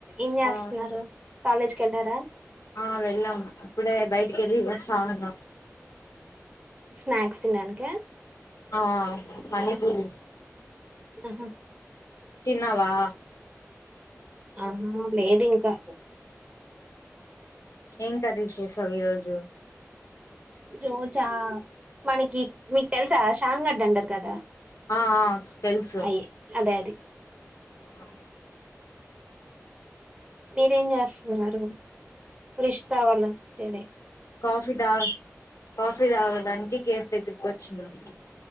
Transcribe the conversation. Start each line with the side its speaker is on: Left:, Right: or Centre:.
Right: ఏం చేస్తున్నారు
Left: ఆ
Right: కాలేజ్ కేలరా
Left: ఆ వెళ్ళాం ఇప్పుడే బయటికి వెళ్ళి వస్తా ఉన్నా
Right: స్నాక్స్ తిన్నానీకా
Left: ఆ మనీ పూరి
Right: ఉహు
Left: తిన్నావా
Right: ఆ లేదు ఇంకా
Left: ఏం కర్రి చేశా విరోజు
Right: రోజా మనకి మీకు తెలుసా షామ్ గడ్డ డర్ కదా
Left: ఆ తెలుసు
Right: అయి అదే అది
Left: ఆ
Right: మీరేం చేస్తున్నారు రిషతో వాళంచేదే
Left: కాఫీ దా కాఫీ తాగడానికి కేసు దగ్గరకి వచ్చింది